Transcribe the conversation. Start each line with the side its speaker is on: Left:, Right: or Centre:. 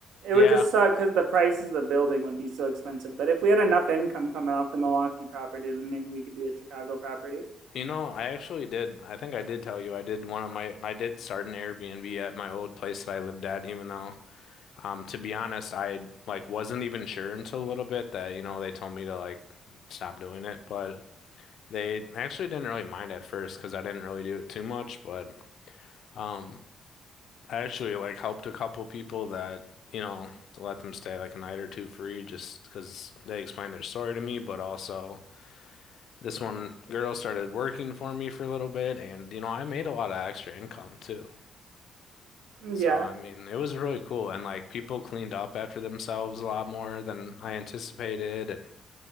Left: Yeah,
Right: It would just suck because the prices of the building would be so expensive. But if we had enough income coming off the Milwaukee property, then maybe we could do a Chicago property.
Left: You know, I actually did. I think I did tell you I did one of my I did start an Airbnb at my old place that I lived at, even though um to be honest, I like wasn't even sure until a little bit that, you know, they told me to like stop doing it, but they actually didn't really mind at first because I didn't really do it too much, but um I actually like helped a couple people that, you know, to let them stay like a night or two free just because they explained their story to me, but also this one girl started working for me for a little bit, and you know, I made a lot of extra income too.
Right: Mm,
Left: So,
Right: Yeah.
Left: I mean, it was really cool. And like people cleaned up after themselves a lot more than I anticipated, and